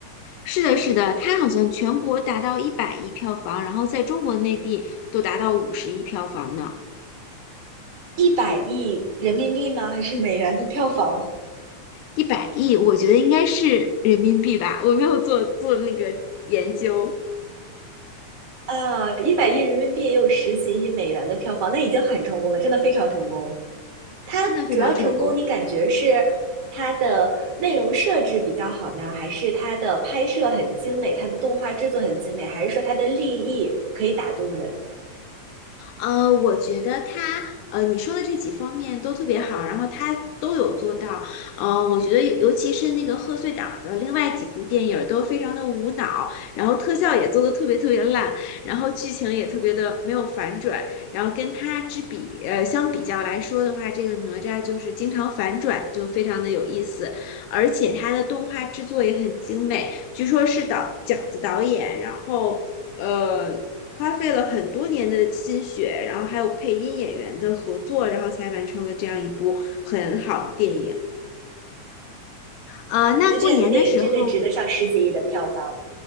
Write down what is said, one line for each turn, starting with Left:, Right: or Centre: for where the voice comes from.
Left: 是的，是的，它好像全国达到一百亿票房，然后在中国内地都达到五十亿票房呢。
Right: 一百亿人民币吗？还是美元的票房？
Left: 一百亿，我觉得应该是人民币吧，我没有做做那个研究，
Right: 啊，一百亿人民币也有十几亿美元的票房，那已经很成功了，真的非常成功。它主要成功，
Left: 真的非常成功。
Right: 你感觉是它的内容设置比较好呢，还是它的拍摄很精美，它的动画制作很精美，还是说它的立意可以打动人？
Left: 呃，我觉得他呃，你说的这几方面都特别好，然后他都有做到。呃，我觉得尤其是那个贺岁档的另外几部电影儿都非常的无脑，然后特效也做的特别特别烂，然后剧情也特别的没有反转，然后跟他之比，呃，相比较来说的话，这个哪吒就是经常反转，就非常的有意思，而且它的动画制作也很精美。据说是导饺子导演，然后呃花费了很多年的心血，然后还有配音演员的合作，然后才完成了这样一部很好的电影。呃，
Right: 啊，
Left: 那过年的时候。
Right: 那这样一个电影真的值得上十几亿的票房，